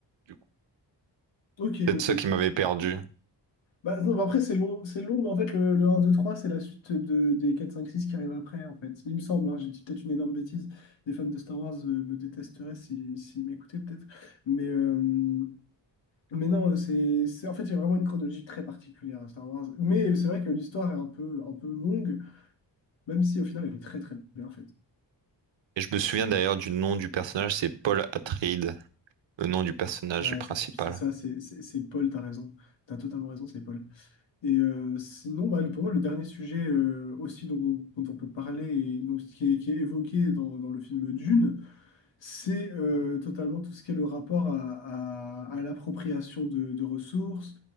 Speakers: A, on the right; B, on the left.
A: Du coup,
B: Ok,
A: c'est
B: ok.
A: ça qui m'avait perdu.
B: Bah, non, bah après, c'est long, c'est long, mais en fait, le, le 1, 2, 3, c'est la suite de, des 4 5 6 qui arrivent après, en fait. Il me semble, hein, j'ai dit peut-être une énorme bêtise. Les fans de Star Wars euh, me détesteraient si, s'ils m'écoutaient, peut-être. Mais, euh, mais non, c'est, c'est, en fait, il y a vraiment une chronologie très particulière à Star Wars. Mais c'est vrai que l'histoire est un peu, un peu longue, même si au final, elle est très, très bien faite.
A: Et je me souviens d'ailleurs du nom du personnage, c'est Paul Atreides, le nom du personnage
B: Ouais,
A: principal.
B: c'est c'est ça, c'est c'est- c'est Paul, t'as raison. T'as totalement raison, c'est Paul. Et euh, sinon, bah, pour moi, le dernier sujet euh, aussi dont, dont on peut parler, et donc, qui est, qui est évoqué dans, dans le film Dune, c'est euh, totalement tout ce qui est le rapport à, à- à l'appropriation de, de ressources,